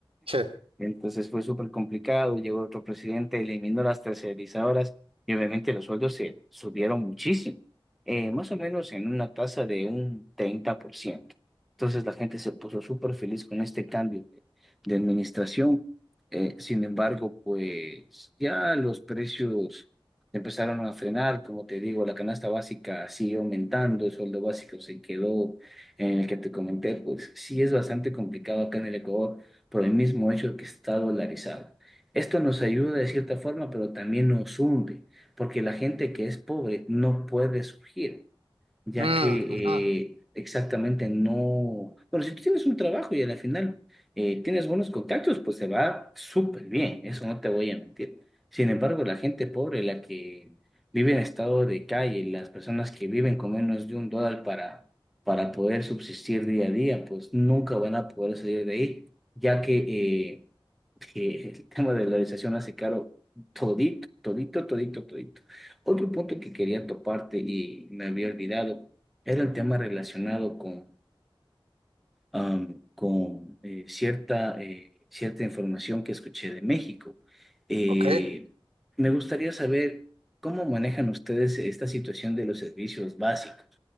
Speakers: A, on the right; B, in the centre.
A: Che.
B: Entonces fue súper complicado, llegó otro presidente, eliminó las tercerizadoras y obviamente los sueldos se subieron muchísimo, eh, más o menos en una tasa de un treinta por ciento Entonces la gente se puso súper feliz con este cambio de, de administración. Eh, sin embargo, pues ya los precios empezaron a frenar, como te digo, la canasta básica siguió aumentando, el sueldo básico se quedó en el que te comenté, pues sí es bastante complicado acá en el Ecuador por el mismo hecho de que está dolarizado. Esto nos ayuda de cierta forma, pero también nos hunde, porque la gente que es pobre no puede surgir, ya
A: Mm,
B: que
A: ujú,
B: eh, exactamente no... Bueno, si tú tienes un trabajo y a la final eh, tienes buenos contactos, pues se va súper bien, eso no te voy a mentir. Sin embargo, la gente pobre, la que vive en estado de calle, las personas que viven con menos de un dólar para para poder subsistir día a día, pues nunca van a poder salir de ahí ya que, eh, que el tema de la dolarización hace caro todito, todito, todito, todito. Otro punto que quería toparte y me había olvidado era el tema relacionado con, am, con eh, cierta, eh, cierta información que escuché de México. Eh,
A: Ok.
B: me gustaría saber cómo manejan ustedes esta situación de los servicios básicos